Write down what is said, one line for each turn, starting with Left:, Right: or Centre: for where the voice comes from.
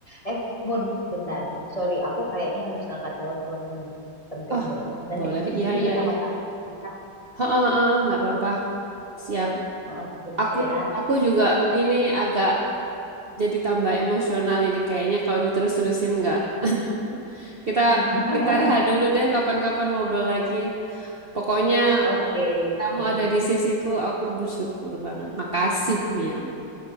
Left: Eh, Mun, bentar. Sorry, aku kayaknya harus ngangkat telepon penting
Right: Oh,
Left: deh. Nanti
Right: boleh.
Left: habis
Right: Iya,
Left: ini
Right: iya,
Left: kita
Right: iya.
Left: kontak lagi kita.
Right: Heeh, heeh, nggak apa-apa. Siap.
Left: Ah, bentar
Right: Aku
Left: ya.
Right: aku juga ini agak jadi tambah emosional ini kayaknya kalau diterus-terusin nggak. <laughs> Kita
Left: <laughs>
Right: kita rehat dulu deh kapan-kapan ngobrol lagi. Pokoknya
Left: Oke,
Right: kamu
Left: oke.
Right: ada di sisiku, aku bersyukur banget. Makasih, Mia.